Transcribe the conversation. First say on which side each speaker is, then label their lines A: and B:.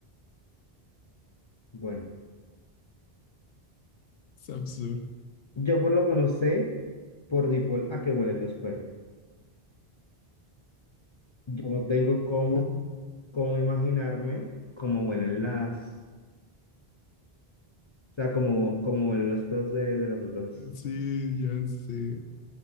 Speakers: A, on the left; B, on the left.
A: Bueno,
B: Es absurdo.
A: yo por lo menos sé por default a qué huelen los perros. Yo no tengo cómo,
B: <laughs>
A: cómo imaginarme cómo huelen las, o sea, cómo, cómo huelen los perros de, de las otras.
B: Sí, ya sé.